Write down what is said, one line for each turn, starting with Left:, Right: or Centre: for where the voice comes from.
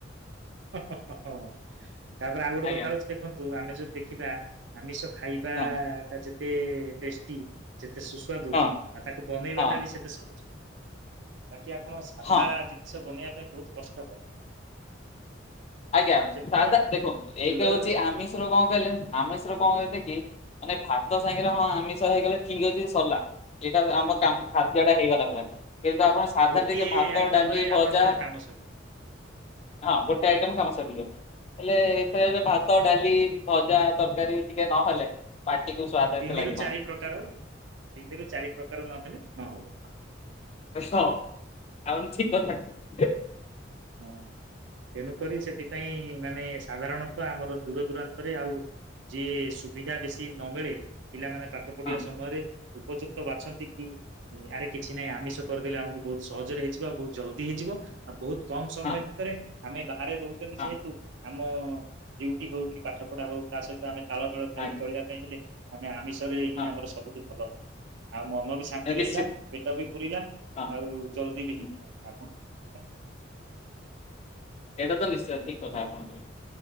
Right: ହ ହ ହ ଓ ତାପରେ ଆଉ ଗୋଟେ
Left: ଆଜ୍ଞା
Right: କଥା ହଉଛି ଦେଖନ୍ତୁ ଆମେ ଯଦି ଦେଖିବା ଆମିଷ ଖାଇବା
Left: ହଁ
Right: ଟା ଯେତେ ଟେଷ୍ଟି ସେତେ ସୁସ୍ୱାଦୁ
Left: ହଁ
Right: ଆଉ ତାକୁ ବନେଇବାଟା
Left: ହଁ
Right: ବି ସେତେ ସହଜ। ବାକି ଆପଣ ସାଧା
Left: ହଁ।
Right: ଜିନିଷ ବନେଇବା ପାଇଁ ବହୁତ କଷ୍ଟକର।
Left: ଆଜ୍ଞା
Right: ସେଥିପାଇଁ
Left: ସାଧା ଦେଖନ୍ତୁ। ଏକ
Right: ଦୂରରେ
Left: ହଉଛି ଆମିଶର କଣ କହିଲେ ଆମିଶର କଣ କହେ କି ମାନେ ଭାତ ସାଙ୍ଗରେ ହଁ ଆମିଷ ହେଇଗଲେ ଠିକ ଅଛି ସରିଲା ଏଇଟା ଆମର ଖାଦ୍ୟ ଟା ହେଇଗଲା ପ୍ରାୟ କିନ୍ତୁ ଆପଣ ସାଧା
Right: ଗୋଟିଏ
Left: ରେ ଟିକେ ଭାତ
Right: ଆଇଟମ
Left: ଡାଲି
Right: ରେ
Left: ଭଜା
Right: ଆପଣଙ୍କର କାମ ସରିବ
Left: ହଁ ଆଇଟମ କାମ ସରିଲା ହେଲେ ଏଥରେ ଭାତ ଡାଲି ଭଜା ତରକାରୀ ଟିକେ ନହେଲେ ପାଟିକୁ ସ୍ଵାଦ ଏତେ
Right: ତିନିରୁ
Left: ଲାଗିବନି
Right: ଚାରି ପ୍ରକାର ତିନିରୁ ଚାରି ପ୍ରକାର ନହେଲେ ନହବ।
Left: ସ ଆପଣ ଠିକ କଥା କ
Right: ହଁ ତେଣୁ କରି ସେଠି। ପାଇଁ ମାନେ ସାଧାରଣତଃ ଆମର ଦୂର ଦୂରାନ୍ତରେ ଆଉ ଯିଏ ସୁବିଧା ବେଶି ନ ମିଳେ ପିଲାମାନେ ପାଠ ପଢିବା
Left: ହଁ
Right: ସମୟରେ ଉପଯୁକ୍ତ ବାଛନ୍ତି କି? ଆରେ କିଛି ନାହିଁ ଆମିଷ କରିଦେଲେ ଆମକୁ ବହୁତ ସହଜରେ ହେଇଯିବ। ଆଉ ବହୁତ ଜଲଦି ହେଇଯିବ ଆଉ ବହୁତ କମ ସମୟ
Left: ହଁ
Right: ଭିତରେ ଆମେ ବାହାରେ ରହୁଛନ୍ତି
Left: ହଁ
Right: ଯେହେତୁ? ଆମ ଡିଉଟି ହଉ କି ପାଠ ପଢା ହଉ ତା ସହିତ ଆମେ ତାଳମେଳ
Left: ହଁ
Right: ଖାଇକି ଚଳିବା ପାଇଁ ହେଲେ ଆମେ ଆମିଷରେ ହିଁ
Left: ହଁ
Right: ଆମର ସବୁଠୁ ଭଲ ହବ। ଆଉ ମନ ବି ଶାନ୍ତି
Left: ହଁ ନିଶ୍ଚିତ
Right: ରହିଲା ପେଟ ବି ପୁୁରିଲା
Left: ହଁ
Right: ଆଉ ଜଲଦି ବି
Left: ହୁଁ,
Right: ହେଇଗଲା କାମ। ହ।
Left: ଏଇଟା ତ ନିଶ୍ଚୟ ଠିକ କଥା ଆପଣଙ୍କର।